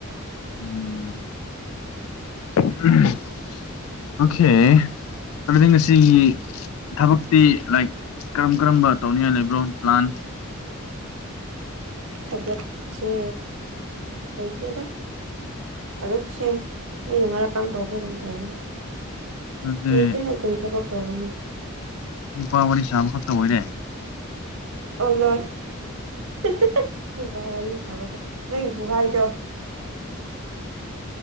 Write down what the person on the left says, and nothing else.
ꯎꯝ <unintelligible> ꯑꯣꯈꯦ ꯑꯗꯨꯗꯤ ꯉꯁꯤꯒꯤ ꯊꯕꯛꯇꯤ ꯂꯥꯏꯛ ꯀꯔꯝ ꯀꯔꯝꯕ ꯇꯧꯅꯤꯡꯉꯥꯏ ꯂꯩꯕ꯭ꯔꯣ ꯄ꯭ꯂꯥꯟ
ꯑꯗꯨꯗꯤ
ꯅꯨꯄꯥ ꯋꯥꯔꯤ ꯁꯥꯕꯈꯛꯇ ꯑꯣꯏꯔꯦ